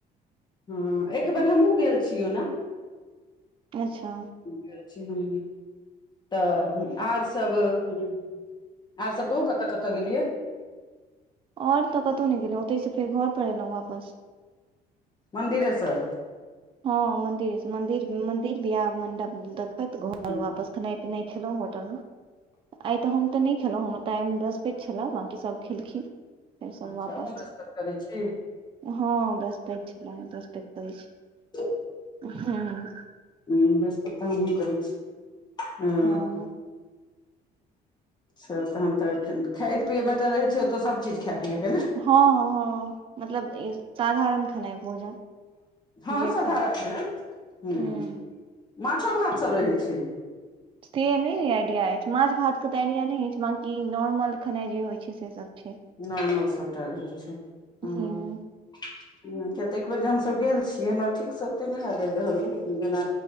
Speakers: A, on the left; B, on the right.
A: हँ एकबर हमहहुँ गेल छियौ ओना।
B: अच्छा
A: अछि हाँ <unintelligible> तऽ आर सब ह आर सब कहू कतऽ कतऽ गेलियै?
B: ओर तऽ कतहु नहि गेलहुँ ओतहिसँ फेर घर पर एयलहुँ वापस।
A: मन्दिरे से
B: हँ मंदिर मंदिर मंदिर बियाह आ मंडप देखत घर
A: हूँ
B: वापस नय खेलहुं होटल मे। आइ तऽ हम तऽ नहि खेलहुँ हमर तऽ आइ बृहस्पति छले बाँकी सभ खेलखिन। फेर सभ
A: अच्छा
B: वापस
A: अहुँ बृहस्पति करै छी हमहुँ
B: हँ बृहस्पति छलै बृहस्पति करैत छी।
A: त <inaudible>
B: हमम्म
A: ह बृहस्पत त हमीहूँ करै छी अ
B: हँ
A: तहन तऽ खाय पियए मे तऽ रहै छै ओतऽ सब चीज खाय पिय के ने
B: हँ हँ मतलब ई साधारण खेनाइ भोजन।
A: हँ
B: जे
A: साधारण
B: खाय
A: भेल ह
B: हूँ
A: माछो भात सब रहै छै।
B: से नहि आइडिया अय माछ भात के तऽ आईडिया नहि छै बकी नॉर्मल खेनाई जे होय छै से सब छै।
A: नॉर्मल सभटा रहै छै
B: हूँ
A: हम्म
B: <inaudible>
A: किया‌ त एक बेरे हमसभ गेल छीयै हमरा ठीकसँ ओते नहि याद आबि रहल य लेकिन जेना